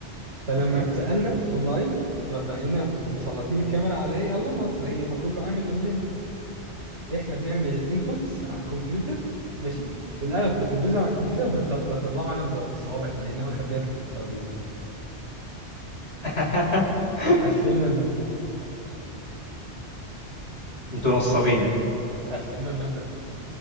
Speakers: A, on the right (about 80°); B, on the left (about 65°).
A: فلما
B: اوكي
A: اتسالنا اونلاين فبقينا مسلطين الكاميرا على ايه على اللمبات زي ما كله عامل قبلنا احنا بنعمل الانبوتس على الكمبيوتر ماشي والاوتبوت اللي بيظهر على الكمبيوتر بنطل- بطلعه انا بز- بصوابعي لان انا مخبيها تحت الترابيزه
B: <laughs>
A: قفلنا الماده
B: انتوا نصابين
A: قفلنا الماده